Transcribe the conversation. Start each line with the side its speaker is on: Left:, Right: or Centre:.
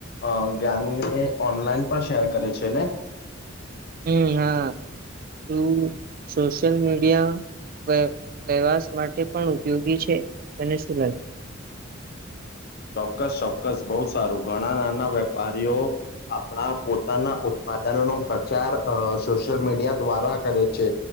Left: અ જ્ઞાનને ઓનલાઈન પણ શેર કરે છે ને.
Right: હમ હા શું સોશિયલ મીડિયા વે વેવાસ માટે પણ ઉપયોગી છે, તને શું લાગે?
Left: ચોક્કસ ચોક્કસ બહુ સારું ઘણા નાના વેપારીઓ, આપણા પોતાના ઉત્પાદનોનો પ્રચાર અ સોશિયલ મીડિયા દ્વારા કરે છે,